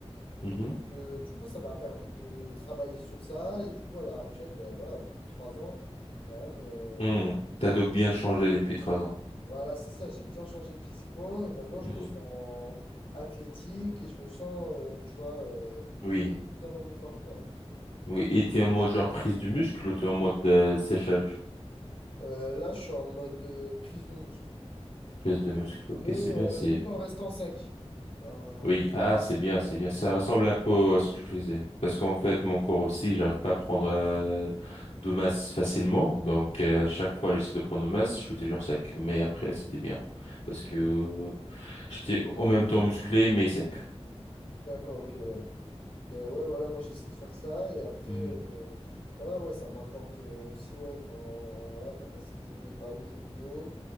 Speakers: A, on the left (about 60°); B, on the left (about 80°).
A: Et
B: Mhm.
A: donc, euh, du coup, ça m'a permis de travailler sur ça. Et du coup, à l'heure actuelle, ben voilà, au bout de trois ans, quand même, euh,
B: Hmm. T'as donc bien changé depuis trois ans.
A: voilà, c'est ça, j'ai bien changé physiquement. Et maintenant, je
B: Mhm.
A: me sens athlétique et je me sens, euh, tu vois, euh,
B: Oui,
A: bien dans mon corps, quoi.
B: oui. Et t'es en mode genre prise du muscle ou t'es en mode euh, séchage,
A: Euh, là, je suis en mode euh, prise de muscle,
B: prise de muscle. Ok,
A: mais
B: c'est bien,
A: euh,
B: c'est.
A: tout en restant sec. Enfin,
B: Oui, ah, c'est bien, c'est bien. Ça ressemble un peu à ce que je faisais. Parce qu'en fait, mon corps aussi, j'arrive pas à prendre euh, de masse facilement. Donc, euh, chaque fois, j'essaie de prendre de masse, je suis toujours sec. Mais après, c'était bien. Parce que euh, j'étais en même temps musclé, mais sec.
A: d'accord, ok, ouais. Ben ouais, voilà, moi j'essaie de faire ça et après,
B: Mhm.
A: euh, voilà, ouais, ça m'apporte euh, aussi, ouais, quand voilà, t'as passé une journée pas ouf au boulot,